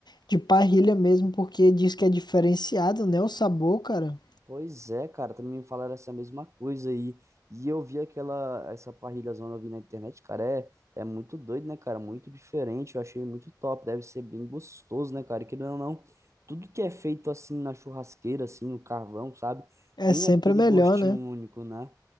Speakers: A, on the left; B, on the right.
A: de parrilha mesmo, porque diz que é diferenciado, né? O sabor, cara,
B: Pois é, cara, também me falaram essa mesma coisa aí. E eu vi aquela, essa parrilha zona eu vi na internet, cara, é, é muito doido, né, cara? Muito diferente, eu achei muito top, deve ser bem gostoso, né, cara? E querendo ou não, tudo que é feito assim na churrasqueira, assim, no carvão, sabe?
A: é
B: Tem
A: sempre
B: aquele
A: melhor,
B: gostinho
A: né?
B: único, né?